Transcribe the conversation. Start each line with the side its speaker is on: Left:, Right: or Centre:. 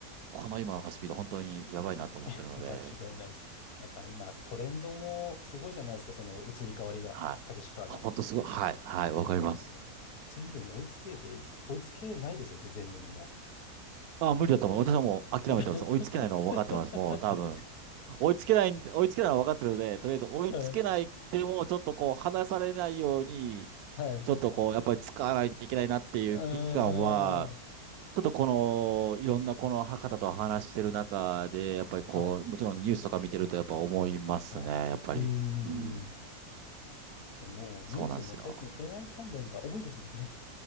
Right: この今のスピード本当にやばいなと思ってるので、
Left: <laughs> 間違いないです。なんか今、トレンドもすごいじゃないですか、その移り変わりが、
Right: はい。
Left: 激しさが。
Right: 本当すごい。はい。はい。わかります。
Left: もう、全部に追いつけて、追いつけないですよね、全部にも
Right: あ、無理だと思う。私はもう諦めてます。
Left: う。<laughs>
Right: 追いつけないのは分かってます。もう多分。追いつけない追いつけないのは分かってるので、とりあえず追いつけないでも、
Left: はい。
Right: ちょっとこう、離されないように、
Left: はい。う
Right: ちょっとこう、やっぱり使わないといけないなっていう危機感は、
Left: ーん。
Right: ちょっとこの、いろんなこの方と話してる中で、
Left: はい。
Right: やっぱりこう、
Left: はい。
Right: もちろんニュースとか見てるとやっぱ思いますね、
Left: はい。
Right: やっぱり。
Left: うーん。
Right: うん、
Left: でもう、
Right: そうなんですよ。
Left: ニュースも最近 AI 関連が多いですもんね。